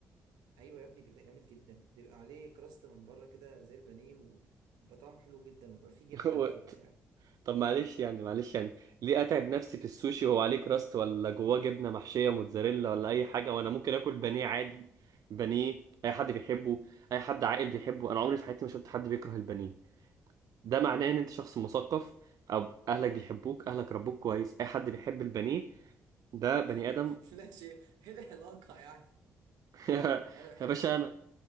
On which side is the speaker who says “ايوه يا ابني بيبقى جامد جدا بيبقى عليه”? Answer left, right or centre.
Right